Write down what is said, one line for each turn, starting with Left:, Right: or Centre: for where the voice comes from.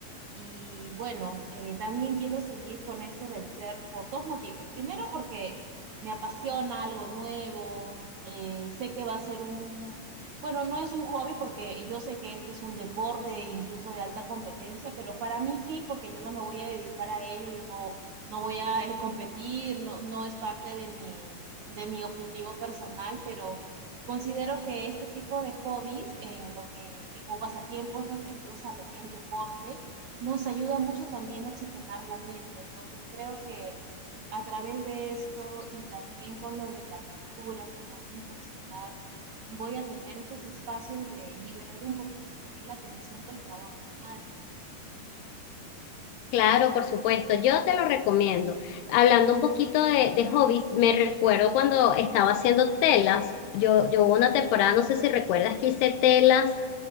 Right: Y bueno, eh, también quiero seguir con esto del surf por dos motivos. Primero, porque me apasiona algo nuevo, eh, sé que va a ser un, bueno, no es un hobby porque yo sé que este es un deporte incluso de alta competencia, pero para mí sí, porque yo no me voy a dedicar a ello, yo no, no voy a eh, competir, no, no es parte de mi, de mi objetivo personal, pero... Considero que este tipo de hobbies en lo que, o pasatiempos referidos a lo que es deporte, nos ayuda mucho también a oxigenar la mente. Entonces creo que a través de esto y también con lo de la pintura que voy a incursionar, voy a tener estos espacios de liberar un poquito también la tensión del trabajo diario, ¿no?
Left: Claro, por supuesto, yo te lo recomiendo. Hablando un poquito de, de hobbies, me recuerdo cuando estaba haciendo telas. Yo, yo hubo una temporada, no sé si recuerdas que hice telas